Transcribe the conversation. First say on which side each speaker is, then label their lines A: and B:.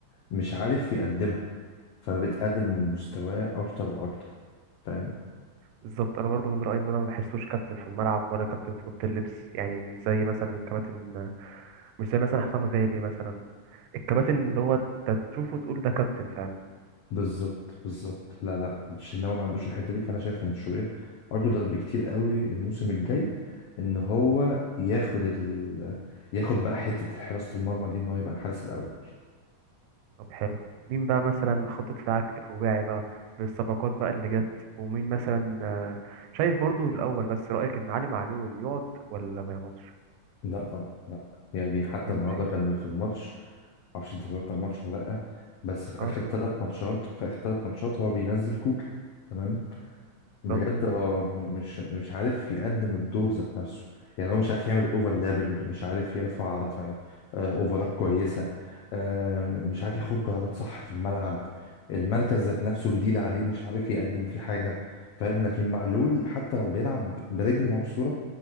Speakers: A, on the left; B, on the right.
A: مش عارف يقدمها فبتقلل من مستواه اكتر واكتر فاهم
B: بالظبط أنا برضه من رأيي إن أنا ما بحسوش كابتن في الملعب ولا كابتن في أوضة اللبس يعني مش زي مثلا الكباتن مش زي مثلا حسام غالي مثلا الكباتن اللي هو أنت تشوفه تقول ده كابتن فعلا
A: بالظبط بالظبط لا لا الشناوي ما عندوش الحتة دي فانا شايف ان شوبير اقدر بكتير قوي الموسم الجاي ان هو ياخد ال... ياخد بقى حتة حراسة المرمى دي ان هو يبقى الحارس الاول
B: طب حلو مين بقى مثلا خطط بتاعك الرباعي بقى بالصفقات بقى اللي جت ومين مثلا آه، شايف برضو الأول بس رأيك إن علي معلول يقعد ولا ما يقعدش
A: لا طبعا لا يعني حتى
B: يمشي
A: النهارده كان في الماتش معرفش انت اتفرجت على الماتش ولا لا بس في
B: اه
A: اخر
B: اتفرج
A: ثلاث ماتشات في اخر ثلاث ماتشات هو بينزل كوكا تمام بجد
B: بالظبط
A: اه م- مش مش عارف يقدم الدور ذات نفسه يعني هو مش عارف يعمل اوفرلابنج مش عارف يرفع رف- آه، اوفرات كويسه آه، مش عارف ياخد قرارات صح في الملعب المركز ذات نفسه جديد عليه مش عارف يقدم فيه حاجه فاهم لكن معلول حتى لو بيلعب برجل مكسوره